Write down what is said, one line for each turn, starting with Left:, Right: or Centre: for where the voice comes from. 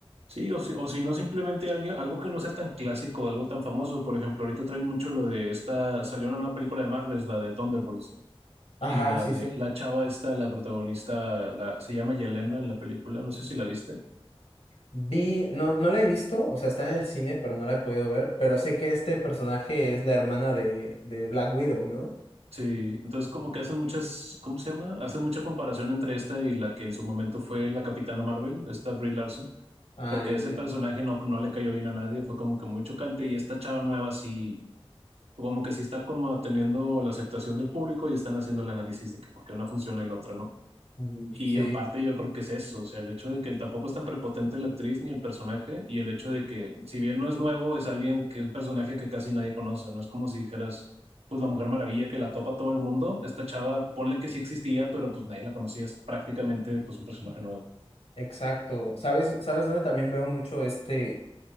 Right: Sí, o si, o si no, simplemente alguien- algo que no sea tan clásico, algo tan famoso, por ejemplo, ahorita traen mucho lo de esta, salió una nueva película de Marvel, la de Thunderbolts.
Left: Ajá,
Right: y la
Left: sí,
Right: de
Left: sí.
Right: la chava esta, la protagonista, la, se llama Yelena en la película, no sé si la viste.
Left: Vi, no, no la he visto, o sea, está en el cine, pero no la he podido ver, pero sé que este personaje es la hermana de, de Black Widow, ¿no?
Right: Sí, entonces como que hacen muchas, ¿cómo se llama? Hacen mucha comparación entre esta y la que en su momento fue la Capitana Marvel, esta Brie Larson,
Left: Ah,
Right: porque
Left: ya,
Right: ese
Left: ya.
Right: personaje no, no le cayó bien a nadie, fue como que muy chocante y esta chava nueva sí, como que sí está como teniendo la aceptación del público y están haciendo el análisis de que por qué una funciona y la otra no.
Left: Ujú.
Right: Y
Left: Sí,
Right: en parte yo creo que es eso, o sea, el hecho de que él tampoco es tan prepotente la actriz ni el personaje, y el hecho de que, si bien no es nuevo, es alguien que es un personaje que casi nadie conoce, no es como si dijeras, pues la Mujer Maravilla que la topa todo el mundo, esta chava, ponle que sí existía, pero pues nadie la conocía, es prácticamente pues un personaje nuevo.
Left: exacto. ¿Sabes, sabes dónde también veo mucho este,